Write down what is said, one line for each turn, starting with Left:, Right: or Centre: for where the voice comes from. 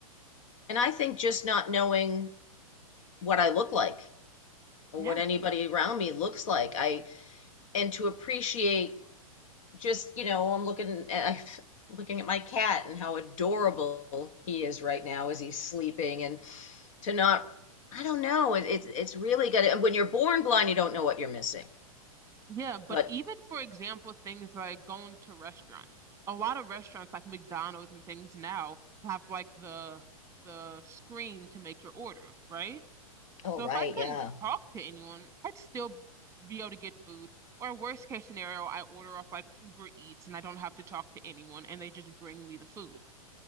Left: and i think just not knowing what i look like or
Right: Yeah.
Left: what anybody around me looks like i and to appreciate just you know i'm looking at I'm looking at my cat and how adorable he is right now as he's sleeping and to not i don't know it, it's it's really good and when you're born blind you don't know what you're missing
Right: Yeah, but
Left: but
Right: even for example, things like going to restaurants. A lot of restaurants like McDonald's and things now have like the the screen to make your order, right?
Left: oh
Right: So
Left: right
Right: if I couldn't
Left: yeah
Right: talk to anyone, I'd still be able to get food. Or worst case scenario, I order off like Uber Eats and I don't have to talk to anyone and they just bring me the food.